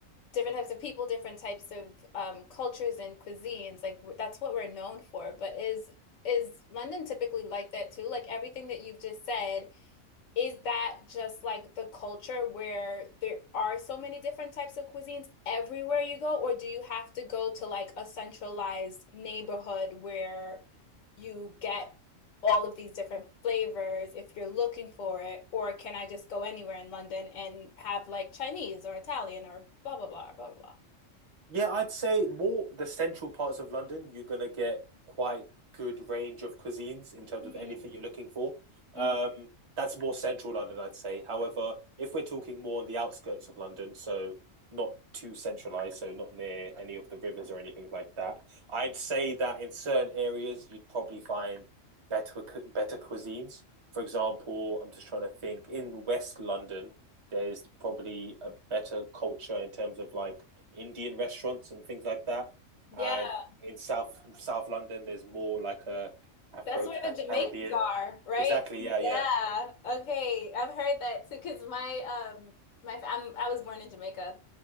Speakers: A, on the left; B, on the right.
A: different types of people, different types of um, cultures and cuisines. Like w- that's what we're known for. But is is London typically like that too? Like everything that you've just said is that just like the culture where there are so many different types of cuisines everywhere you go, or do you have to go to like a centralized neighborhood where you get all of these different flavors if you're looking for it? Or can I just go anywhere in London and have like Chinese or Italian or blah blah blah blah blah?
B: Yeah, I'd say more the central parts of London, you're gonna get quite good range of cuisines in terms
A: Mhm.
B: of anything you're looking for.
A: Mhm.
B: Um, that's more central London, I'd say. However, if we're talking more on the outskirts of London, so not too centralized, so not near any of the rivers or anything like that, I'd say that in certain areas you'd probably find better cu- better cuisines. For example, I'm just trying to think in West London, there's probably a better culture in terms of like Indian restaurants and things like that.
A: Yeah.
B: And in South South London, there's more like a Afro
A: That's where the Jamaicans
B: Caribbean.
A: are, right?
B: Exactly.
A: Yeah.
B: Yeah. Yeah.
A: Okay. I've heard that too, because my um my I'm, I was born in Jamaica.